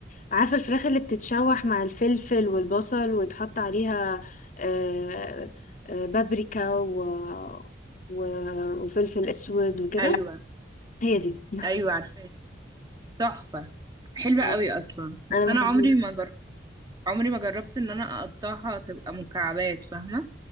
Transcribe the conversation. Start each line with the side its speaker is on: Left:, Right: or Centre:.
Left: عارفه الفراخ اللي بتتشوح مع الفلفل والبصل ويتحط عليها أه، أه، بابريكا و... و... وفلفل اسود وكده
Right: أيوة
Left: هي دي <laughs>
Right: أيوة عارفاه تحفة حلوة
Left: آه،
Right: قوي أصلا بس
Left: انا
Right: أنا
Left: بحبها
Right: عمري ما جر... عمري ما جربت إن أنا أقطعها تبقى مكعبات فاهمة؟